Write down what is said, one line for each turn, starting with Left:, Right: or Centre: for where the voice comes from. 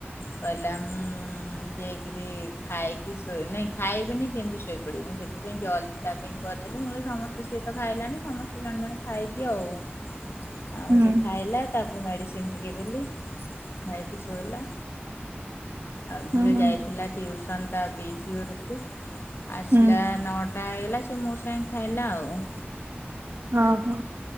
Left: କହିଲା ମୁଁ ଯାଇକିରି ଖାଇ କି ଶୁଏ ନାଇଁ ଖାଇବେନି କେମିତି ଶୋଇପଡିବ ମୁଁ ସେଥିପାଇଁ ଜଲଦି ତା ପାଇଁ କରିଦେଲି ମୁଁ କହିଲି ସମସ୍ତେ ସିଏ ତ ଖାଇଲାଣି ସମସ୍ତେ ଜଣ ଜଣେ ଖାଇଦିଅ ଆଉ, ଆଉ
Right: ହୁଁ
Left: ସେ ଖାଇଲା ତାକୁ ମେଡିସିନ ଟିକେ ଦେଲି ଖାଇକି ଶୋଇଲା। ଆଉ ଝିଅ
Right: ହୁଁ
Left: ଯାଇଥିଲା ଟିଉସନ ତା ପିଇସୀ ଘରୁକୁ, ଆସିଲା
Right: ହୁଁ।
Left: ନଅ ଟା ହେଇଗଲା ସେ ମୋ ସାଙ୍ଗେ ଖାଇଲା ଆଉ।
Right: ଓହୋ